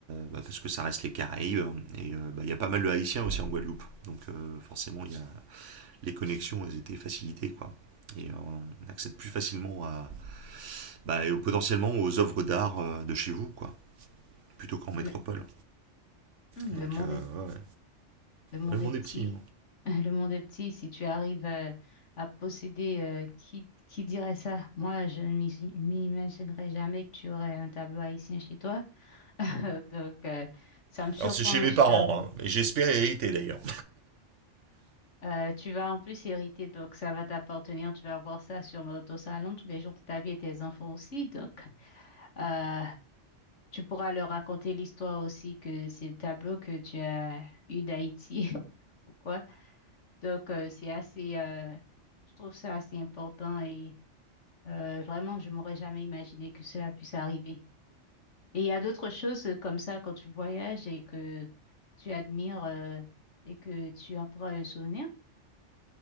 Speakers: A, on the right (about 75°); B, on the left (about 70°).
A: bah, parce que ça reste les Caraïbes. Et euh, bah, il y a pas mal de Haïtiens aussi en Guadeloupe. Donc euh, forcément, il y a, les connexions elles étaient facilitées. quoi. Et euh, on accède plus facilement à, bah, et potentiellement aux œuvres d'art euh, de chez vous, quoi, plutôt qu'en métropole.
B: Le, Hum,
A: Donc,
B: le monde
A: euh, ouais, ouais.
B: Le monde
A: Ouais, Le
B: est
A: monde
B: petit.
A: est petit. hein.
B: <laughs> Le monde est petit. Si tu arrives euh, à posséder, euh, qui, qui dirait ça? Moi, je ne m'y- m'imaginerais jamais que tu aurais un tableau haïtien chez toi. <laughs> Donc, euh, ça me surprend,
A: Alors c'est chez mes
B: je
A: parents,
B: t'avoue.
A: hein, et j'espère hériter d'ailleurs.
B: Euh, tu vas en plus hériter, donc ça va t'appartenir. Tu vas voir ça sur notre salon tous les jours de ta vie et tes enfants aussi. Donc, euh, tu pourras leur raconter l'histoire aussi que c'est le tableau que tu as eu d'Haïti. <laughs> Pourquoi? Donc, euh, c'est assez, euh, je trouve ça assez important et euh, vraiment, je m'aurais jamais imaginé que cela puisse arriver. Et il y a d'autres choses euh, comme ça quand tu voyages et que tu admires euh, et que tu en prends un souvenir.